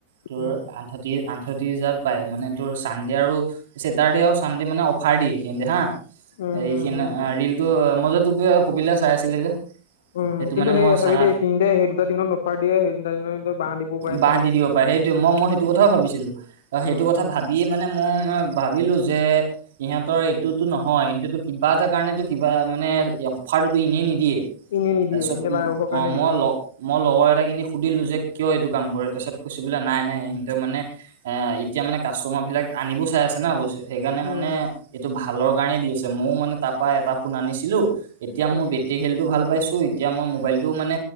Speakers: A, on the right (about 60°); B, on the left (about 60°).
A: তোৰ,
B: উম
A: আঠ আঠত্ৰি হাজাত পাই। মানে তোৰ চানডে আৰু চছেটাৰ্ডে আৰু চানডে মানে ফাৰ দি এইখিনি দে হা।
B: উম
A: এইখিনি
B: উম উম
A: ৰিলটো মই যে তোক কপিলা চাই আছিলে যে
B: উম'
A: সেইটো
B: কিন্তু
A: মানে
B: সেই
A: মই
B: আছাপি
A: চাহ
B: দে এইখিনিতে সেই দুটা দিনত অফাৰ দিয়ে, সেই দুটা দিনত তই বাঁহ দিব পাৰে
A: বাহ
B: চাবি
A: দি
B: কিন্তু
A: দিব পাৰেসেইটোৱে, মই মই সেইটো কথাও ভাবিছিলো সেইটো
B: উম
A: কথা
B: উম
A: ভাবিয়ে মানে মই ভাবিলো যে, ইহঁতৰ এইটোতো নহয়। সিহটো কিবা এটা কাৰণেতো কিবা মানে এনেই নিদিয়ে।
B: এনে নিদিয়ে
A: তাৰপিছত
B: এনে লাভৰ কাৰণে
A: অ, ' মই-মই
B: দিব
A: লগৰ এটাখিনি সুধিলোঁ যে কিয় এইটো কাম কৰে। তাৰপিছত কৈছেো বোলে নাই- নাই সহঁতে মে এতিয়া মানে, কাষ্টমাৰ বিলাক আনিব চাই আছে না অৱশ্যে সেইকাৰণে
B: উম
A: মানে এইটো ভালৰ কাৰণে দি আছে। ময়ও মানে তাৰ পৰাৰা এটা ফোন আনিছিলো এতিয়া মোৰ
B: উম
A: বেটেৰী খেলটো ভাল পাইছো। এতিয়া মই মোবাইলটো মানে